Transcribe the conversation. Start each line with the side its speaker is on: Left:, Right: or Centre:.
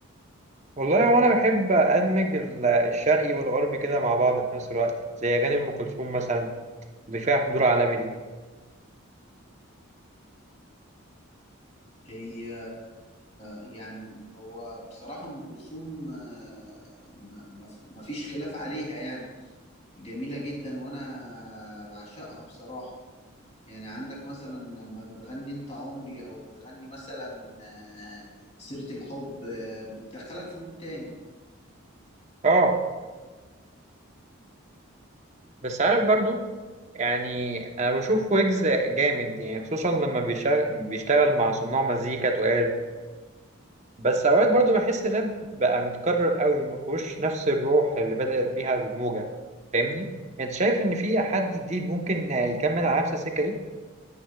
Right: والله وانا بحب ادمج ال- الشرقي والغربي كده مع بعض في نفس الوقت زي اغاني ام كلثوم مثلا اللي فيها حضور عالمي دي
Left: هي يعني هو بصراحة أم كلثوم آه، ما ما- ما فيش خلاف عليها يعني جميلة جدا وأنا بعشقها بصراحة يعني عندك مثلا لما بتغني أنت عمري أو بتغني مثلا آه، سيرة الحب آه، بتدخلك في مود تاني
Right: اه بس عارف برضو يعني انا بشوف ويجز جامد يعني خصوصا لما بيشغل بيشتغل مع صناع مزيكا تقال بس اوقات برضو بحس الراب بقى متكرر قوي ما فيهوش نفس الروح اللي بدأت بيها الموجة فاهمني يعني انت شايف ان في حد جديد ممكن يكمل على نفس السكة دي